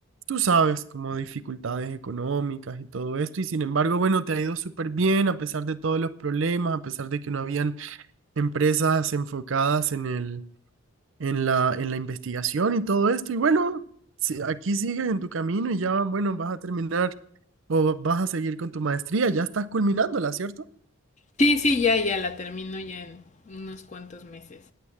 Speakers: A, on the right (about 65°); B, on the left (about 35°).
A: tú sabes, como dificultades económicas y todo esto. Y sin embargo, bueno, te ha ido súper bien a pesar de todos los problemas, a pesar de que no habían empresas enfocadas en el, en la, en la investigación y todo esto. Y bueno, si- aquí sigues en tu camino y ya, bueno, vas a terminar o vas a seguir con tu maestría. Ya estás culminándola, ¿cierto?
B: Sí, sí, ya, ya la termino ya en unos cuantos meses,